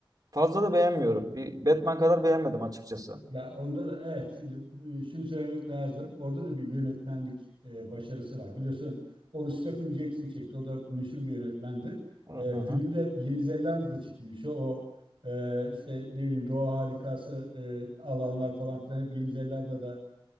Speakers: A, on the right; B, on the right.
A: fazla da beğenmiyorum. Bir Batman kadar beğenmedim açıkçası.
B: Ya onda da evet şimdi e, şunu söylemek lazım. Orada da bir yönetmenlik e, başarısı var. Biliyorsun onu Stephen Jackson çekti. O da meşhur bir yönetmendir.
A: Hı
B: E,
A: hı.
B: film de hep Yeni Zelanda'da çekilmiş. O, o, e, işte ne bileyim doğa harikası e, alanlar falan filan hep Yeni Zelanda'da